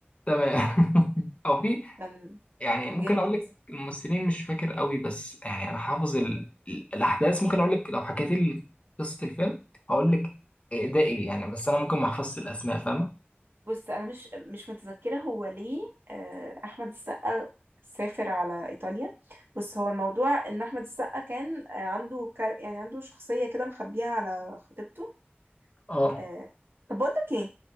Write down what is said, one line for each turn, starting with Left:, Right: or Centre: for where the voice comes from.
Left: تمام <laughs> او في
Right: كان
Left: يعني
Right: كان
Left: ممكن
Right: جامد
Left: اقول لك الممثلين مش فاكر قوي بس يعني انا حافظ ال... ال- الاحداث ممكن اقول لك لو حكيت لي قصة الفيلم هقول لك آه، ده ايه يعني بس انا ممكن ما احفظش الاسماء فاهمة
Right: بص انا مش مش متذكره هو ليه آه، احمد السقا سافر على ايطاليا بس هو الموضوع ان احمد السقا كان آه، عنده كار... يعني عنده شخصيه كده مخبيها على خطيبته
Left: اه
Right: آه، طب بقول لك ايه